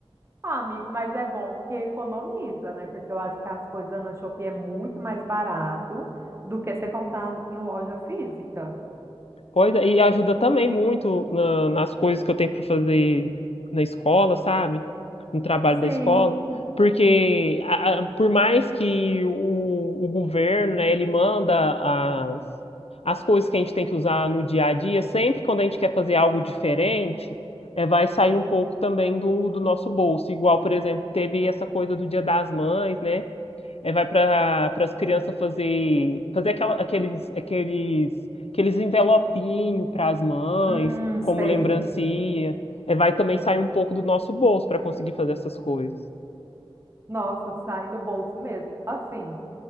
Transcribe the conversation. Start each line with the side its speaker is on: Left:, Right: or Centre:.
Right: ah, amigo, mas é bom porque economiza, né? Porque eu acho que as coisas na Shopee é muito mais barato do que você comprar em loja física.
Left: Pois é, e ajuda também muito na- nas coisas que eu tenho para fazer na escola, sabe? No trabalho
Right: Sim,
Left: da escola. Porque a- a- por mais que o, o governo, né, ele manda as, as coisas que a gente tem que usar no dia a dia, sempre quando a gente quer fazer algo diferente, é, vai sair um pouco também do, do nosso bolso. Igual, por exemplo, teve essa coisa do Dia das Mães, né? É, vai para as crianças fazer fazer aquela- aqueles aqueles aqueles envelopinhos para as mães,
Right: hum,
Left: como
Right: sei.
Left: lembrancinha. É, vai também sair um pouco do nosso bolso para conseguir fazer essas coisas.
Right: Nossa, sai do bolso mesmo. Assim,